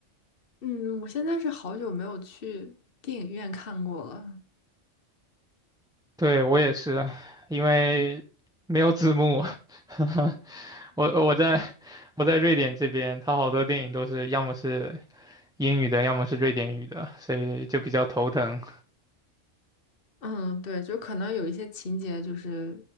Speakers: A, on the left; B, in the centre.
A: 嗯，我现在是好久没有去电影院看过了。
B: 对，我也是，因为没有字幕。<laughs> 我我在我在瑞典这边，它好多电影都是要么是英语的，要么是瑞典语的，所以就比较头疼。
A: 嗯，对，就可能有一些情节就是